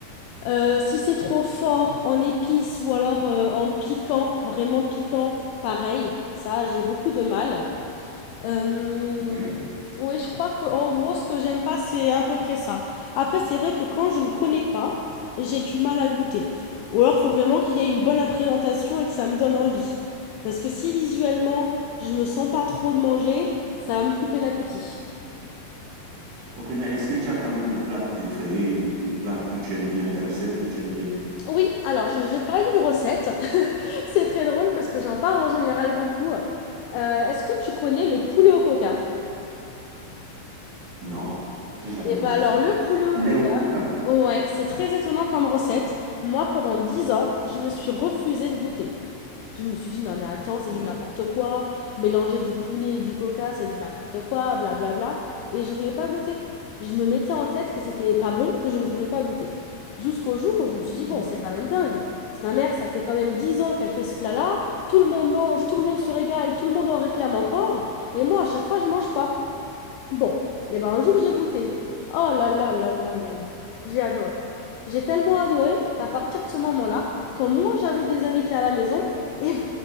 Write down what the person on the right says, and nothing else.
Ok.
Ok, mais est-ce que tu as quand même des plats préférés, des, des plats que tu aimes bien, des recettes que tu aimes bien?
Non, j'ai jamais
mangé
ça.
Poulet
au coca?
Hmm,
hmm.